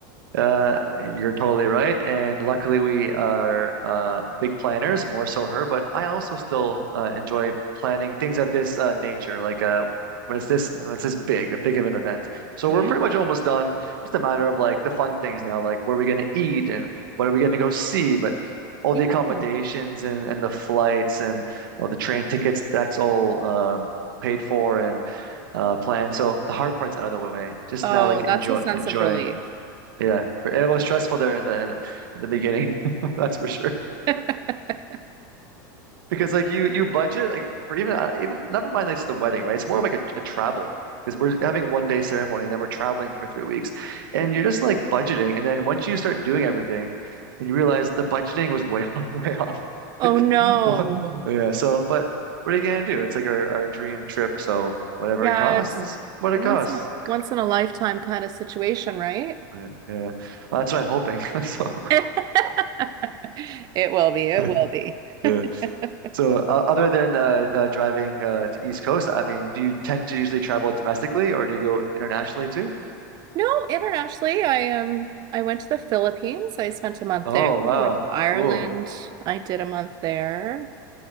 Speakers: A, on the right (about 85°); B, on the right (about 35°).
A: Uh, you're totally right. And luckily, we are uh, big planners, more so her, but I also still uh, enjoy planning things of this uh, nature, like uh, when it's this when it's this big, a big of an event. So
B: Yeah,
A: we're pretty much almost done. Just a matter of like the fun things now, like where are we going to eat and what are we going to go see? But all
B: Yeah.
A: the accommodations and, and the flights and all the train tickets, that's all um, paid for and uh, planned. So the hard part's out of the way. Just
B: Oh,
A: now, like
B: that's
A: enjoy
B: a sense
A: enjoying.
B: of relief.
A: Yeah, for, and it was stressful there in the in, the beginning, <laughs> that's for sure.
B: <laughs> That's-
A: Because like you you budget like for even uh, even never mind like it's the wedding, right? It's more of like a, a travel because we're having one day ceremony and then we're traveling for three weeks, and you're just like
B: yeah.
A: budgeting, and then once you start doing everything, and you realize the budgeting was way <laughs> way off.
B: Oh
A: Like,
B: no.
A: <laughs> what? Yeah. So, but what are you gonna do? It's like our our dream trip, so whatever
B: Yeah,
A: it costs
B: it's
A: is what it
B: once
A: costs.
B: in a once in a lifetime kind of situation, right?
A: Yeah, yeah. Well, that's what I'm hoping. <laughs> So,
B: <laughs> It will be. It
A: <laughs>
B: will be. <laughs>
A: Yeah. So, uh, other than uh, uh, driving uh, to East Coast, I mean, do you tend to usually travel domestically or do you go internationally too?
B: No, internationally, I um I went to the Philippines. I spent a month
A: Oh,
B: there.
A: wow,
B: I went to Ireland.
A: cool.
B: I did a month there.